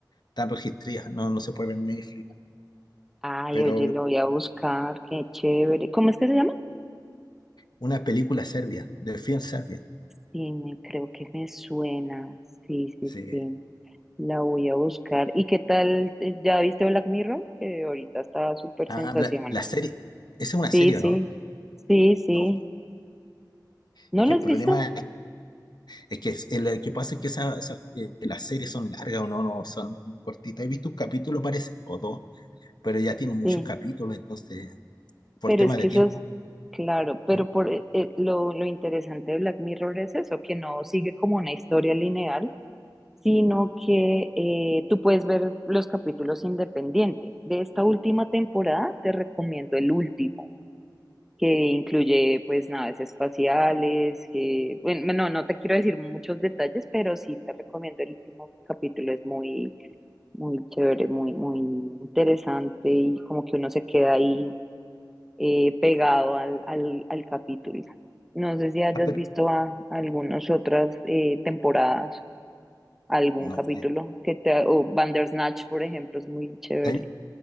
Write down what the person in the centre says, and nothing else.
Ay,
oye, lo voy a buscar. Qué chévere. ¿Cómo es que se llama?
Sí, me, creo que me suena. Sí, sí,
sí. La voy a buscar. ¿Y qué tal? eh, ¿Ya viste Black Mirror? Que ahorita está súper
sensación.
Sí,
sí.
Sí, sí.
¿No
la
has
visto?
Sí.
Pero
es que
eso
es claro, pero
por eh, eh, lo, lo interesante de Black Mirror es eso, que no sigue como una historia lineal, sino que eh, tú puedes ver los capítulos independiente. De esta última temporada te recomiendo el último, que incluye pues naves espaciales, que, bueno, no, no te quiero decir muchos detalles, pero sí te recomiendo el último capítulo, es muy, muy chévere, muy, muy interesante y como que uno se queda ahí eh, pegado al, al, al capítulo. No sé si hayas
visto a algunas otras eh, temporadas, algún
capítulo
que te, o Bandersnatch, por ejemplo, es muy chévere.